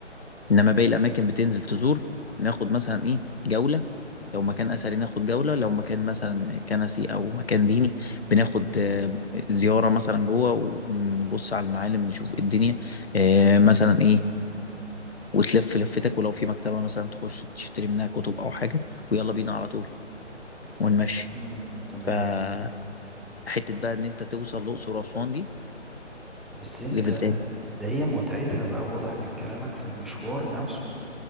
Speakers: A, on the left; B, in the centre.
A: انما باقي الاماكن بتنزل تزور ناخد مثلا ايه جوله لو مكان اثري ناخد جوله لو مكان مثلا كنسي او مكان ديني بناخد
B: مم.
A: آه، زياره مثلا جوه ونبص على المعالم نشوف إيه الدنيا آه، مثلا ايه وتلف لفتك ولو في مكتبه مثلا تخش تشتري منها كتب او حاجه ويلا بينا على طول ونمشي
B: مم. تمام
A: فحته بقى ان انت توصل الاقصر واسوان دي
B: بس انت
A: ليفل تاني
B: ده هي متعتها بقى واضح من كلامك في المشوار نفسه